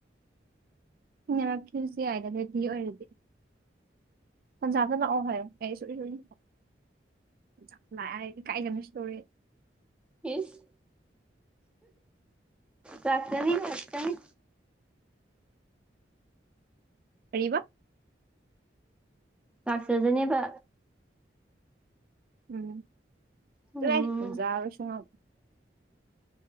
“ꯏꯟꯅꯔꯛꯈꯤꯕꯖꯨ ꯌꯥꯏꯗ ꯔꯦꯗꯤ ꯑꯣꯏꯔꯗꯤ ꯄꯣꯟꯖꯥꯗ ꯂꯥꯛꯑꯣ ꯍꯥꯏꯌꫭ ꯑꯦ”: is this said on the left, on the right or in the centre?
Right